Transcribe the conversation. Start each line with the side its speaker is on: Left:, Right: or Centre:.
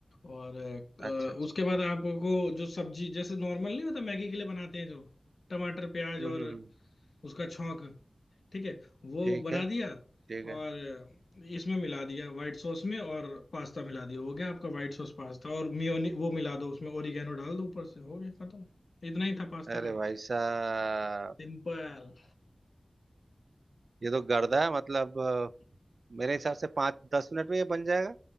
Left: और अ,
Right: अच्छा अच्छा
Left: उसके बाद आपको जो सब्जी जैसे नॉर्मल नहीं होता मैगी के लिए बनाते हैं जो टमाटर प्याज
Right: हम्म
Left: और
Right: हम्म, हम्म,
Left: उसका छौंक ठीक है वो
Right: ठीक
Left: बना
Right: है
Left: दिया
Right: ठीक है
Left: और इसमें मिला दिया व्हाइट सॉस में और पास्ता मिला दिया हो गया आपका व्हाइट सॉस पास्ता और मियोनी वो मिला दो उसमें ओरिगेनो डाल दो ऊपर से हो गया खत्म इतना ही था पास्ता
Right: अरे
Left: का
Right: भाई साहब
Left: सिंपल
Right: ये तो गर्दा है मतलब अ, मेरे हिसाब से पाँच दस मिनट में ये बन जाएगा